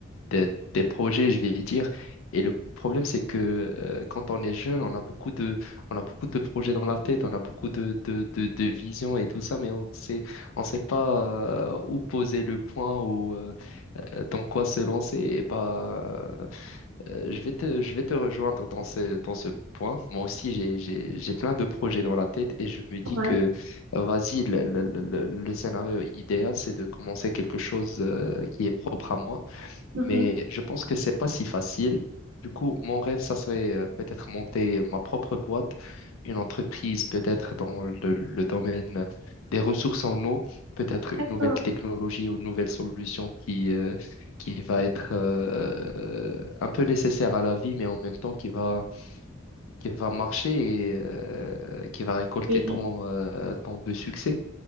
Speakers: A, on the left; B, on the right.
A: des des projets, je vais dire. Et le problème, c'est que euh, quand on est jeune, on a beaucoup de, on a beaucoup de projets dans la tête, on a beaucoup de, de, de, de visions et tout ça, mais on sait, on sait pas euh, où poser le point ou euh, dans quoi se lancer. Et bah, euh, je vais te, je vais te rejoindre dans ce, dans ce point. Moi aussi, j'ai, j'ai, j'ai plein de projets dans la tête et je me dis
B: Ouais.
A: que, euh, vas-y, le, le- le- le- le scénario idéal, c'est de commencer quelque chose euh, qui est propre à moi
B: Mhm.
A: mais je pense que c'est pas si facile. Du coup, mon rêve, ça serait euh, peut-être monter ma propre boîte, une entreprise peut-être dans le, le domaine des ressources en eau, peut-être une
B: D'accord.
A: nouvelle technologie ou une nouvelle solution qui, euh, qui va être euh, euh, un peu nécessaire à la vie, mais en même temps qui va, qui va marcher et euh, qui va récolter
B: Oui.
A: tant, euh, tant de succès.